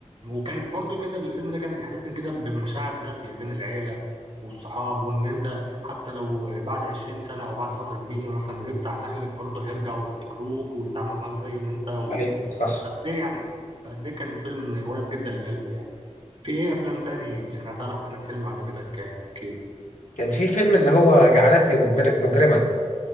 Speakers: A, on the right; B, on the left.
A: وكانت برضو كده الفيلم ده كان بيحسسني كده بمشاعر دافية بين العيلة والصحاب وإن أنت حتى لو بعد 20 سنة أو بعد فترة كبيرة مثلا غبت عن أهلك برضه هيرجعوا يفتكروك ويتعاملوا معاك زي ما أنت و-
B: ايوه صح
A: قد إيه يعني قد إيه كان فيلم قريب جدا لقلبي يعني في إيه أفلام تاني سمعتها لأحمد حلمي وعجبتك يا كيرو؟
B: كان في فيلم اللي هو جعلتني مجبر- مجرما